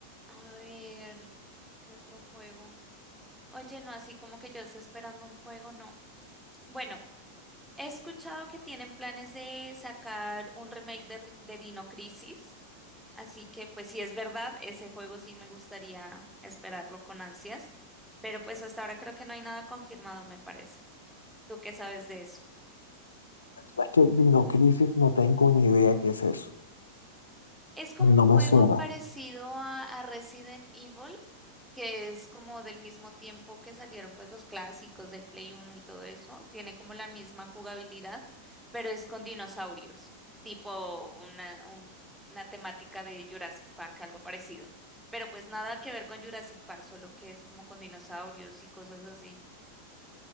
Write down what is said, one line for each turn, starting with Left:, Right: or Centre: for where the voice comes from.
Centre: A ver, ¿qué otro juego? Oye, no, así como que yo esté esperando un juego, no. Bueno, He escuchado que tienen planes de sacar un remake de, de Dino Crisis, así que pues si es verdad, ese juego sí me gustaría esperarlo con ansias, pero pues hasta ahora creo que no hay nada confirmado, me parece. ¿Tú qué sabes de eso?
Left: La verdad es que Dino Crisis no tengo ni idea qué es eso.
Centre: Es como un
Left: No
Centre: juego
Left: me suena.
Centre: parecido a, a Resident Evil, que es como del mismo tiempo que salieron pues los clásicos del Play Uno y todo eso, tiene como la misma jugabilidad, pero es con dinosaurios, tipo una, un- una temática de Jurassic Park, algo parecido, pero pues nada que ver con Jurassic Park, solo que es como con dinosaurios y cosas así.